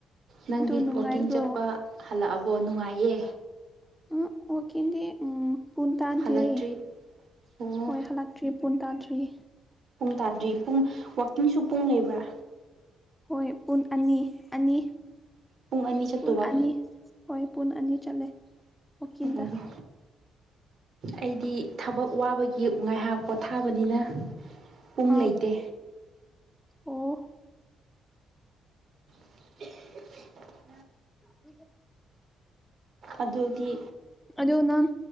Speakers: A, on the right; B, in the centre.
A: ꯅꯪꯗꯤ
B: ꯅꯨꯡꯉꯥꯏꯕ꯭ꯔꯣ
A: ꯋꯥꯛꯀꯤꯡ ꯆꯠꯄ ꯍꯜꯂꯛꯑꯕꯣ ꯅꯨꯡꯉꯥꯏꯌꯦ
B: ꯎꯨꯡ ꯋꯥꯀꯤꯡꯗꯤ ꯎꯝ ꯄꯨꯟ ꯇꯥꯗꯤꯔꯦ
A: ꯍꯜꯂꯛꯇ꯭ꯔꯤ ꯑꯣ
B: ꯍꯣꯏ ꯍꯂꯛꯇ꯭ꯔꯤ ꯄꯨꯟꯇꯥꯥꯗ꯭ꯔꯤꯌꯦ
A: ꯄꯨꯡ ꯇꯥꯗ꯭ꯔꯤ ꯄꯨꯡ ꯋꯥꯛꯀꯤꯡꯁꯨ ꯄꯨꯡ ꯂꯩꯕ꯭ꯔꯥ
B: ꯍꯣꯏ ꯄꯨꯟ ꯑꯅꯤ ꯑꯅꯤ
A: ꯄꯨꯡ ꯑꯅꯤ ꯆꯠꯇꯧꯕ
B: ꯄꯨꯟ ꯑꯅꯤ ꯍꯣꯏ ꯄꯨꯟ ꯑꯅꯤ ꯆꯠꯂꯦ ꯋꯥꯛꯀꯤꯡꯗ
A: ꯑꯣ ꯑꯩꯗꯤ ꯊꯕꯛ ꯋꯥꯕꯒꯤ ꯉꯥꯏꯍꯥꯛ ꯄꯣꯊꯥꯕꯅꯤꯅ ꯄꯨꯡ
B: ꯑꯥ
A: ꯂꯩꯇꯦ
B: ꯑꯣ
A: <unintelligible>
B: ꯃꯤꯒ
A: ꯑꯗꯨꯗꯤ
B: ꯑꯗꯨ ꯅꯪ